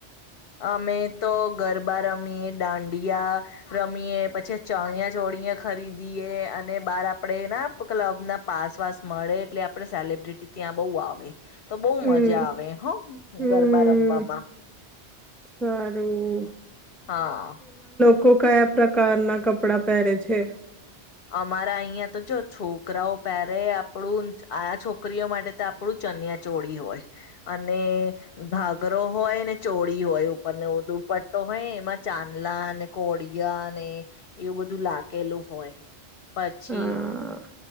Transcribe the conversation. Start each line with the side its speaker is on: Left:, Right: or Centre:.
Left: અમે તો ગરબા રમીએ દાંડિયા રમીએ પછી ચણિયા ચોળિયા ખરીદીએ અને બહાર આપડે ના ક્લબ ના પાસ વાસ મળે એટલે આપડે સેલબ્રિટી ત્યાં બઉુ આવે તો બહ
Centre: હમ
Left: મજા આવે હ
Centre: હમ
Left: ગરબા રમવામાં
Centre: સારું
Left: હા.
Centre: કો કયા પ્રકારના કપડા પેરે છે.
Left: અમારા અહિયાં તો જો છોકરાઓ પેરે આપણું આ છોકરીઓ માટે તો આપણું ચન્યાચોળી હોય અને ઘાઘરો હોય ને ચોળી હોય ઉપરને દુપટ્ટો હોય એમાં ચાંદલા અને કોળિયા ને એવું બધું લાગ કેલું હોય પછી
Centre: હા